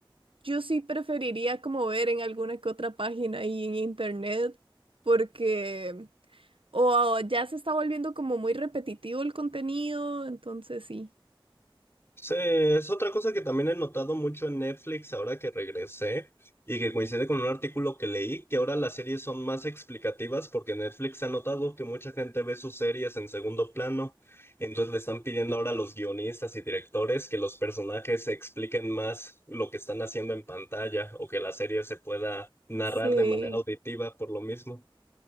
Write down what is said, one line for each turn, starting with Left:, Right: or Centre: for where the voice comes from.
Right: yo sí preferiría como ver en alguna que otra página y en internet porque o ya se está volviendo como muy repetitivo el contenido, entonces sí.
Left: Sí, es otra cosa que también he notado mucho en Netflix ahora que regresé y que coincide con un artículo que leí, que ahora las series son más explicativas porque Netflix ha notado que mucha gente ve sus series en segundo plano, entonces le están pidiendo ahora a los guionistas y directores que los personajes expliquen más lo que están haciendo en pantalla o que la serie se pueda narrar
Right: Sí.
Left: de manera auditiva por lo mismo.